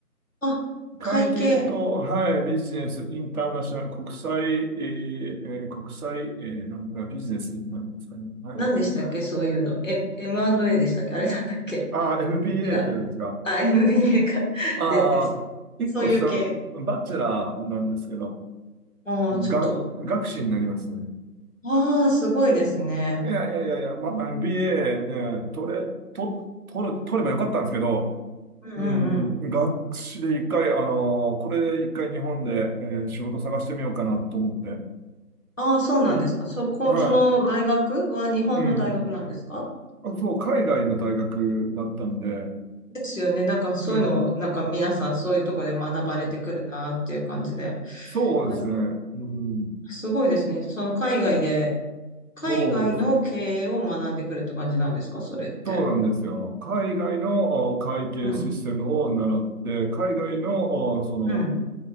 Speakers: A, on the left (about 55°); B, on the right (about 65°).
A: あ、
B: 会計と、
A: 会計。
B: はい、ビジネス、インターナショナル、国際、えーえー国際、えーなんだ、ビジネスなんですかね。はい。
A: 何でしたっけそういうの。え、M&A でしたっけあれなんだっけ
B: ああ、
A: <laughs>
B: MBA
A: 違う。
B: って言うんですか。
A: あ、MBA か。
B: ああ、
A: で、です。
B: 一個下の、
A: そういう系。
B: バチェラーなんですけど、
A: ああ、
B: が、
A: ちょっと。
B: 学士になりますね。
A: ああ、すごいですね。
B: いやいやいやいや、ま、
A: うん
B: MBA ね、取れ、と、取る、取ればよかったんですけど、
A: うんうん。
B: うん、
A: うん
B: 学士で一回、あのーこれ一回日本で、えー仕事探してみようかなと思って。
A: ああ、そうなんですか。
B: うん、
A: そこ、
B: はい。
A: その大学は日本の大学なんですか
B: うん。あそう、海外の大学だったんで、
A: ですよね。なんかそういうのを、
B: うん、
A: なんか皆さんそういうとこで学ばれてくるなっていう感じで。
B: うん。そうですね。
A: やっぱ
B: うん、
A: すごいですね。その海外で、海外の経営を学んでくるって感じなんですかそれって。
B: そうですね。そうなんですよ。海外のお会計システムを習って、
A: うん。
B: 海外の、おその、
A: うん。